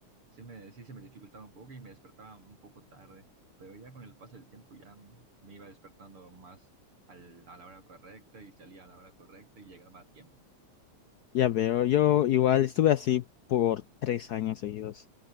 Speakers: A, on the right; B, on the left.
A: sí me, sí se me dificultaba un poco y me despertaba un poco tarde, pero ya con el paso del tiempo ya me iba despertando más al- a la hora correcta y salía a la hora correcta y llegaba a tiempo.
B: Ya veo, yo igual estuve así por tres años seguidos,